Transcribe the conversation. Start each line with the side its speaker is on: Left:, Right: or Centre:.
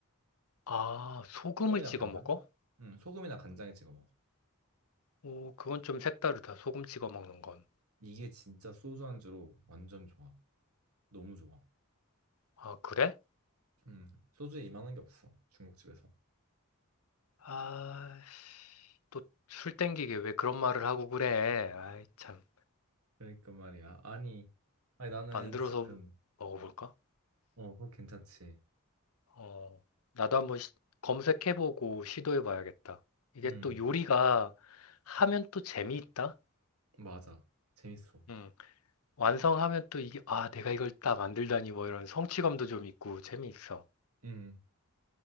Left: 아 소금을
Right: 소금이나
Left: 찍어
Right: 간장?
Left: 먹어?
Right: 응, 소금이나 간장에 찍어 먹어.
Left: 오 그건 좀 색다르다 소금 찍어 먹는 건.
Right: 이게 진짜 소주 안주로 완전 좋아. 너무 좋아.
Left: 아 그래?
Right: 음, 소주에 이만한 게 없어. 중국집에서.
Left: 아, 또 술 땡기게 왜 그런 말을 하고 그래? 아이, 참.
Right: 그러니까 말이야. 아니, 아니 나는
Left: 만들어서
Right: 지금
Left: 먹어볼까?
Right: 어, 그거 괜찮지.
Left: 어, 나도 한번 시- 검색해보고 시도해봐야겠다. 이게
Right: 음,
Left: 또 요리가 하면 또 재미있다?
Right: 맞아. 재밌어.
Left: 응. 완성하면 또 이게, 아, 내가 이걸 딱 만들다니 뭐 이런 성취감도 좀 있고 재미있어.
Right: 음,